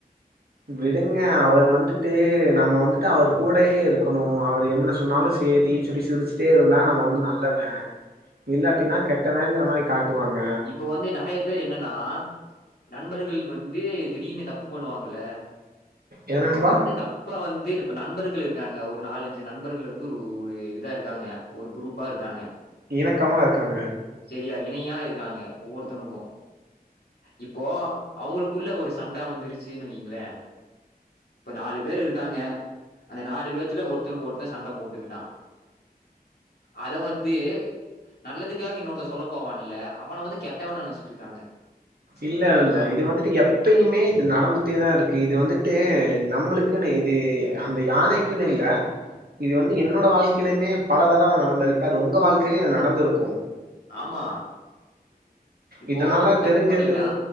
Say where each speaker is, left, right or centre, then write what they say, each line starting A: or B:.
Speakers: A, on the right; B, on the left.
A: விடுங்க அவர் வந்துட்டு நம்ம வந்துட்டு அவர் கூடயே இருக்கணு அவரு என்ன சொன்னாலு சேரி சொல்லி சிரிச்சிட்டே இருந்தா நம்ம வந்து நல்லவே இல்லடினா கெட்டவேங்கற மாதிரி காட் வாங்க
B: இப்போ வந்து நெறைய பேர் என்னன்னா நண்பர்கள் வந்து திடீர்னு தப்பு பண்ணுவாங்கல
A: என்ன
B: அது
A: நண்பா
B: வந்து நம் இப்ப வந்து இப்ப நண்பர்கள் இருக்காங்க ஒரு நாலஞ்சு நண்பர்கள் வந்து ஒரு இதா இருக்காங்க ஒரு குரூப்பா இருக்காங்க
A: இணக்கமா இருக்காங்க
B: சேரியா இணியா இருக்காங்க ஒவ்வொருத்தவனுக்கு இப்போ அவுங்களுக்குள்ள ஒரு சண்டை வந்துருச்சுன்னு வைங்களே இப்ப நாலு பேர் இருக்காங்க அந்த நாலு பேத்துல ஒருத்தருக்கு ஒருத்தே சண்ட போட்டுக்கிட்டா அது வந்து நல்லதுக்காக இன்னொருத்தே சொல்ல போவான்ல அவன வந்து கெட்டவன நனச்சிட்டு இருக்காங்க
A: இல்ல
B: புரிஞ்சுதா
A: இல்ல இது வந்துட்டு எப் எப்பயுமே இது நடந்துட்டேதா இருக்கு இது வந்துட்டு நம்மளுக்குன்னு இது அந்த யானைக்குன்னு இல்ல இது வந்து என்னோட வாழ்க்கையிலையுமே பல தடவ நடந்திருக்கு அது உங்க வாழ்க்கையிலயும்ம நடந்துருக்கு
B: ஆமா இப்போ
A: இதனால
B: ஒருத்தன் தப்பு
A: தெரிஞ்சது
B: பண்ணிட்டா